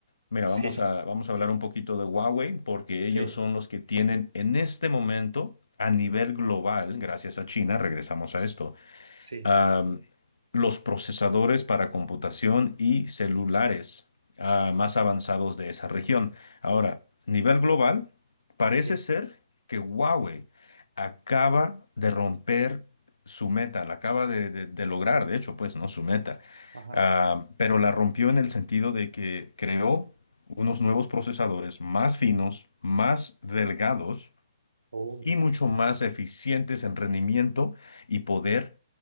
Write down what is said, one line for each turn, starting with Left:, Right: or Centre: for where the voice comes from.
Left: Mira,
Right: Sí,
Left: vamos a, vamos a hablar un poquito de Huawei porque
Right: sí,
Left: ellos son los que tienen en este momento a nivel global, gracias a China, regresamos a esto,
Right: sí,
Left: am, los procesadores para computación y celulares ah, más avanzados de esa región. Ahora, nivel global, parece
Right: sí.
Left: ser que Huawei acaba de romper su meta, la acaba de, de- de lograr, de hecho, pues, ¿no? Su meta.
Right: Ajá.
Left: Ah, pero la rompió en el sentido de que creó unos nuevos procesadores más finos, más delgados
Right: Oh,
Left: y mucho más eficientes en rendimiento y poder